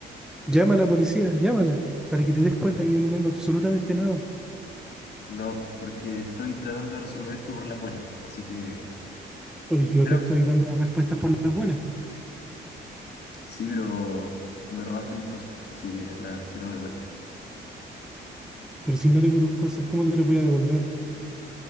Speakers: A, in the centre; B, on the left (about 55°).
A: Llama a la policía, llámala, para que te des cuenta que yo no tengo absolutamente nada.
B: No, porque estoy tratando de resolver esto por las buenas. Así que...
A: Porque yo
B: Pero-
A: te estoy dando las respuestas por las buenas.
B: Sí, pero me robaste mis cosas, así que las quiero de vuelta.
A: Pero si no tengo tus cosas, ¿cómo te las voy a devolver?